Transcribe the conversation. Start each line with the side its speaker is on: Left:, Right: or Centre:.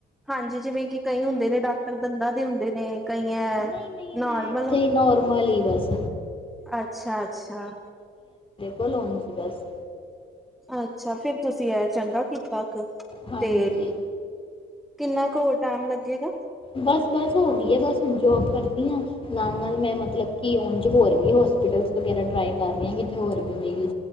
Centre: ਹਾਂਜੀ ਜਿਵੇਂ ਕਿ ਕਈ ਹੁੰਦੇ ਨੇ ਡਾਕਟਰ ਦੰਦਾਂ ਦੇ ਹੁੰਦੇ ਨੇ ਕਈ
Left: ਹਾਂਜੀ
Centre: ਹੈ
Left: ਨਹੀਂ ਨਹੀਂ ਮੈਂ
Centre: ਨਰਮਲ
Left: ਇੱਥੇ ਹੀ ਨੋਰਮਲ ਹੀ ਬਸ
Centre: ਅੱਛਾ ਅੱਛਾ।
Left: ਬਲ ਸੀ ਬਸ
Centre: ਅੱਛਾ ਫੇਰ ਤੁਸੀਂ ਆ ਚੰਗਾ। ਕਿਪ ਕੁ
Left: ਹਾਂਜੀ
Centre: ਤੇ ਕਿੰਨਾ ਕੁ ਹੋਰ ਟਾਈਮ ਲੱਗੇਗਾ?
Left: ਬਸ ਬਸ ਹੋ ਗਈ ਹੈ ਬਸ ਹੁਣ ਜੋਬ ਕਰਦੀ ਨਾਲ ਨਾਲ ਮੈਂ ਮਤਲਬ ਕਿ ਹਣ ਚ ਹੋਰ ਵੀ ਹੋਸਪੀਟਲ ਵਗੈਰਾ ਟਰਾਈ ਕਰ ਰਹੀ ਹਾਂ ਕਿਥੇ ਹੋਰ ਵੀ ਮੇਲੀ